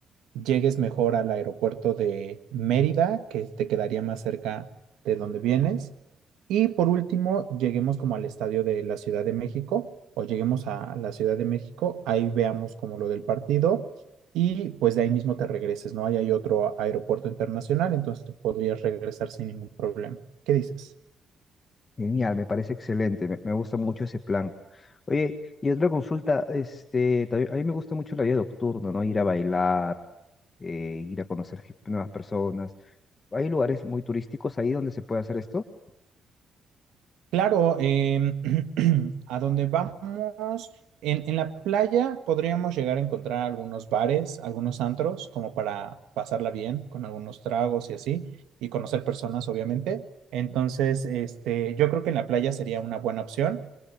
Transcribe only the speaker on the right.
llegues mejor al aeropuerto de Mérida, que te quedaría más cerca de donde vienes. Y por último, lleguemos como al estadio de la Ciudad de México o lleguemos a la Ciudad de México, ahí veamos como lo del partido y pues de ahí mismo te regreses, ¿no? Ahí hay otro aeropuerto internacional, entonces te podrías regresar sin ningún problema. ¿Qué dices?
Claro, em, <clears throat> a donde vamos, en, en la playa podríamos llegar a encontrar algunos bares, algunos antros, como para pasarla bien, con algunos tragos y así, y conocer personas, obviamente. Entonces, este, yo creo que en la playa sería una buena opción.